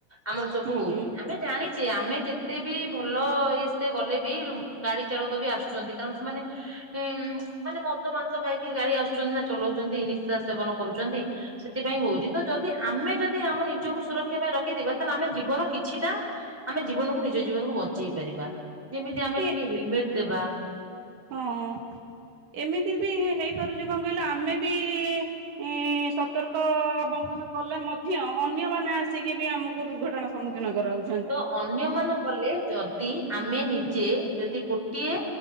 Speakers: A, in the centre; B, on the right.
A: ଆମର ସବୁ
B: ହୁଁ
A: ହଉଚି
B: ହୁଁ,
A: ଆମେ ଜାଣି ଚେ ଆମେ ଯେତେ ବି ଭଲ ସେ ଗଲେ ବି ଗାଡ଼ି ଚାଳକ ବି ଆସୁଛନ୍ତି କାରଣ ସେମାନେ ଉଁ ମାନେ ମଦ ମାଂସ ଖାଇକି ଗାଡ଼ି ଆସୁଛନ୍ତି ନା ଚଲାଉଛନ୍ତି ନିଶା ସେବନ କରୁଛନ୍ତି। ସେଥିପାଇଁ ହଉଛି ତ ଯଦି ଆମେ ଯଦି ଆମ ନିଜକୁ ସୁରକ୍ଷା ପାଇଁ ରଖିଥିବା ତାହେଲେ ଆମେ ଜୀବନ କିଛିଟା ଆମେ ଜୀବନକୁ ନିଜ ଜୀବନକୁ ବଞ୍ଚେଇ ପାରିବା ଯେମିତି ଆମେ
B: ସେ
A: ଟିକେ ହେଲମେଟ୍ ଦେବା।
B: ହଁ ଏମିତି ବି ହେଇପାରୁଚି କଣ କହିଲ ଆମେ ବି ଏ ସତର୍କ ଅବଲମ୍ବନ କଲେ ମଧ୍ୟ ଅନ୍ୟମାନେ ଆସିକି ବି ଆମକୁ ଦୁର୍ଘଟଣା ସମ୍ମୁଖୀନ କରାଉଚି
A: ତ ଅନ୍ୟ ମାନେ କଲେ ଯଦି ଆମେ ନିଜେ ଯଦି ଗୋଟିଏ